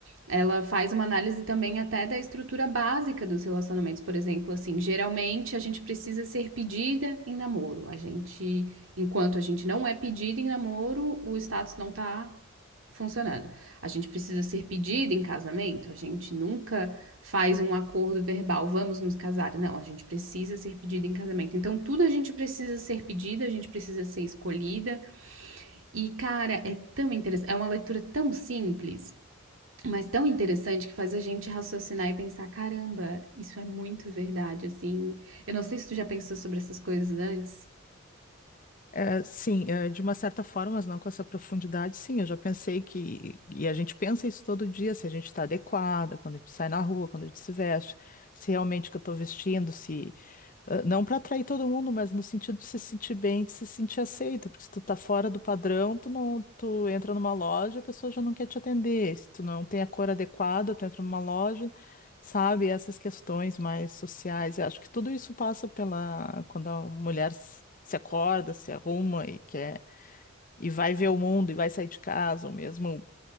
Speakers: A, on the right (about 70°); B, on the left (about 40°).
A: ela faz uma análise também até da estrutura básica dos relacionamentos, por exemplo, assim, geralmente a gente precisa ser pedida em namoro. A gente, enquanto a gente não é pedida em namoro, o status não tá funcionando. A gente precisa ser pedida em casamento, a gente nunca faz um acordo verbal, vamos nos casar. Não, a gente precisa ser pedida em casamento. Então, tudo a gente precisa ser pedida, a gente precisa ser escolhida. E, cara, é tão interessante, é uma leitura tão simples, mas tão interessante que faz a gente raciocinar e pensar, caramba, isso é muito verdade, assim. Eu não sei se tu já pensou sobre essas coisas antes.
B: É, sim, é, de uma certa forma, mas não com essa profundidade, sim, eu já pensei que, e a gente pensa isso todo dia, se a gente está adequada, quando a gente sai na rua, quando a gente se veste, se realmente o que eu estou vestindo, se Ah, Não para atrair todo mundo, mas no sentido de se sentir bem, de se sentir aceito, porque se tu tá fora do padrão, tu não, tu entra numa loja, a pessoa já não quer te atender. Se tu não tem a cor adequada, tu entra numa loja, sabe? Essas questões mais sociais. Eu acho que tudo isso passa pela quando a mulher s- se acorda, se arruma e quer e vai ver o mundo e vai sair de casa, ou mesmo